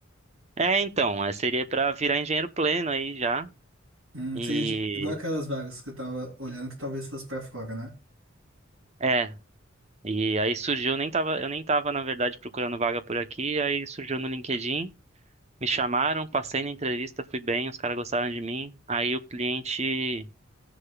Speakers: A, on the right; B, on the right.
A: É, então, é, seria para virar engenheiro pleno aí já.
B: Hum,
A: E
B: seria de- igual aquelas vagas que eu tava olhando que talvez fosse pra fora, né?
A: é, e aí surgiu, nem tava, eu nem tava na verdade procurando vaga por aqui, aí surgiu no LinkedIn. Me chamaram, passei na entrevista, fui bem, os caras gostaram de mim. Aí o cliente,